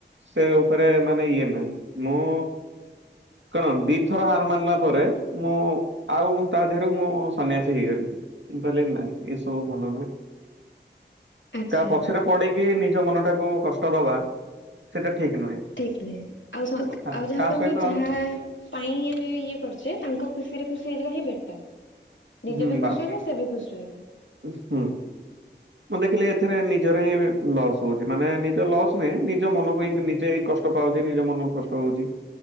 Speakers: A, on the right; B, on the left.
A: ସେ ଉପରେ ମାନେ ଇଏ ନାହିଁ। ମୁଁ କଣ ଦିଥର ହାର ମାନିଲା ପରେ, ମୁଁ ଆଉ ମୁଁ ତା ଦେହରୁ ମୁଁ ସନ୍ୟାସୀ ହେଇଗଲି। ମୁଁ କହିଲି ନାଇଁ ଏସବୁ ଭଲ ନୁହେଁ।
B: ଆଚ୍ଛା।
A: କାହା ପଛରେ ପଡି କି ନିଜ ମନଟା, ତାକୁ କଷ୍ଟ ଦବା, ସେଟା ଠିକ ନୁହେଁ
B: ଠିକ ନୁହେଁ। ଆଉ, ଆଉ
A: ହଁ
B: ଯାହାକୁ
A: ତା
B: ଆମେ
A: ସହିତ
B: ଯାହା ପାଇଁ ଆମେ ଇଏ କରୁଛେ, ତାଙ୍କ ଖୁସି ରେ ଖୁସି ହେଇଯିବା ହିଁ ବେଟର। ନିଜେ
A: ହୁଁ
B: ବି ଖୁସି
A: ବାସ୍
B: ରହିବେ। ସେ ବି ଖୁସି ରହିବେ।
A: ହୁଁ। ମୁଁ ଦେଖିଲି ଏଥିରେ ନିଜର ହିଁ ଲସ୍ ହଉଛି। ମାନେ ନିଜ ଲସ୍ ନୁହେଁ ନିଜ ମନକୁ ହି ନିଜେ ହଁ କଷ୍ଟ, କଷ୍ଟ ପାଉଛି। ନିଜ ମନକୁ କଷ୍ଟ ହଉଛି।